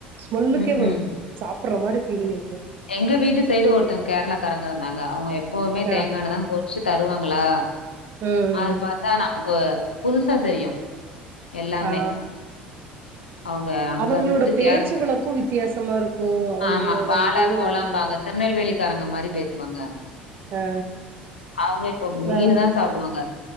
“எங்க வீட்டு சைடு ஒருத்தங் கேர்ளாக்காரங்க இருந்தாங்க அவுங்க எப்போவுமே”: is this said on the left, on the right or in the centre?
Left